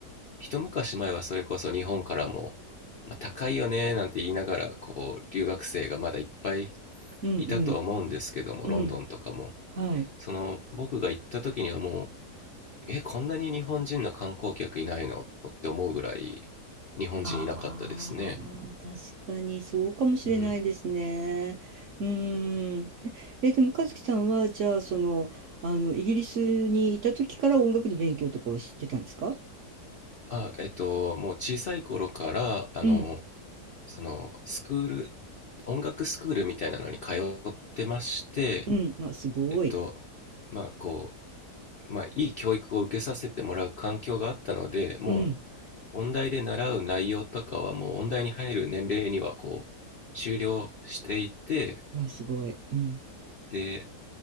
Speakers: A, on the left; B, on the right.
A: 一昔前はそれこそ日本からも、まあ、高いよねなんて言いながらこう留学生がまだいっぱい
B: うんうん。
A: いたとは思うんですけどもロンドンとかも
B: うん。はい。
A: その僕が行った時にはもうえこんなに日本人の観光客いないのって思うぐらい日本人いなかったですね。
B: ああ、確かにそうかもしれないですね。
A: うん、
B: うーん。え、えでも和樹さんは、じゃあ、その、あの、イギリスにいた時から音楽の勉強とかは知ってたんですか
A: あ、えっと、もう小さい頃から、あの、
B: うん、
A: その、スクール、音楽スクールみたいなのに通ってまして、
B: うん、あ、すごい。
A: えっと、まあ、こう、まあ、いい教育を受けさせてもらう環境があったので、も
B: うん、
A: う、音大で習う内容とかは、もう、音大に入る年齢には、こう、終了していて、
B: わ、すごい。うん、
A: で、